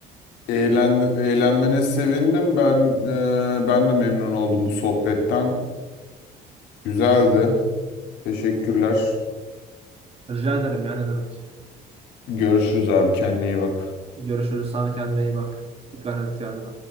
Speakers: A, on the left; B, on the right.
A: eğlen, eğlenmene sevindim. Ben e, ben de memnun oldum bu sohbetten. Güzeldi. Teşekkürler.
B: Rica ederim yani ne demek.
A: Görüşürüz abi kendine iyi bak.
B: Görüşürüz. Sana kendine iyi bak. Dikkat et kendine.